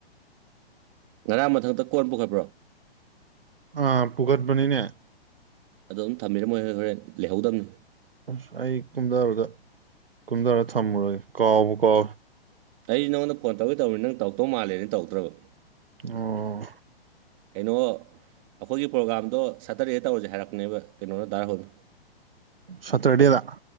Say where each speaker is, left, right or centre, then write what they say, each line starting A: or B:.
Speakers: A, on the right; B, on the right.
A: ꯉꯔꯥꯡ ꯃꯊꯛꯇ ꯀꯣꯟ ꯄꯨꯈꯠꯄ꯭ꯔꯣ
B: ꯑꯥ ꯄꯨꯈꯠꯄꯅꯤꯅꯦ
A: ꯑꯗꯣ ꯑꯗꯨꯝ ꯊꯝꯕꯤꯔꯣ ꯃꯣꯏ ꯍꯣꯏ ꯍꯣꯔꯦꯟ ꯂꯩꯍꯧꯗꯝꯅꯤ
B: ꯑꯁ ꯑꯩ ꯀꯨꯝꯗꯕꯗ ꯀꯨꯝꯗꯔꯥ ꯊꯝꯃꯨꯔꯒꯦ ꯀꯥꯎꯕꯨ ꯀꯥꯎꯋꯦ
A: ꯑꯩ ꯅꯉꯣꯟꯗ ꯐꯣꯟ ꯇꯧꯒꯦ ꯇꯧꯕꯅꯤ ꯅꯪ ꯇꯧꯔꯛ ꯃꯥꯜꯂꯦꯅꯦ ꯇꯧꯔꯛꯇ꯭ꯔꯕ
B: ꯑꯣ
A: ꯀꯩꯅꯣ ꯑꯩꯈꯣꯏꯒꯤ ꯄ꯭ꯔꯣꯒꯥꯝꯗꯣ ꯁꯇꯔꯗꯦꯗ ꯇꯧꯔꯖꯦ ꯍꯥꯏꯔꯛꯄꯅꯦꯕ ꯀꯩꯅꯣꯅ ꯗꯥ ꯔꯥꯍꯨꯜꯅ
B: ꯁꯇꯔꯗꯦꯗ